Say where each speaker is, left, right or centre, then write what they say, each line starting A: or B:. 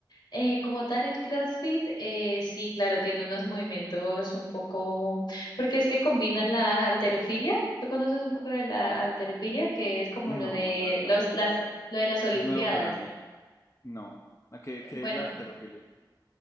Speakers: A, on the left; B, on the left.
A: eh, como tal el CrossFit, eh, sí, claro, tiene unos movimientos un poco, porque es que combinan la halterofilia. ¿Tú conoces un poco de la halterofilia? Que es como
B: No,
A: lo de
B: la verdad.
A: los, las, lo de las olimpiadas.
B: Es nuevo para mí. No. ¿A ¿Qué, qué
A: Bueno,
B: es la arterofilia?